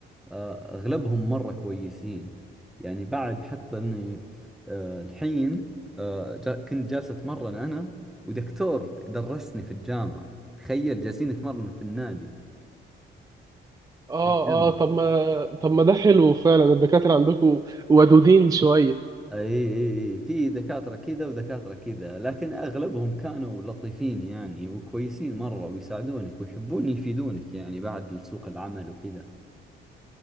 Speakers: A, in the centre; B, on the right (about 20°).
A: آه، اغلبهم مرة كويسين يعني بعد حتى اني آه، الحين آه، جا- كنت جالس اتمرن انا ودكتور درسني في الجامعة تخيل جالسين نتمرن في النادي
B: اه
A: في الجيم
B: اه طب ما طب ما ده حلو فعلا الدكاترة عندكم ودودين شوية
A: اي اي اي في دكاترة كذا ودكاترة كذا لكن اغلبهم كانوا لطيفين يعني وكويسين مرة ويساعدونك ويحبون يفيدونك يعني بعد سوق العمل وكذا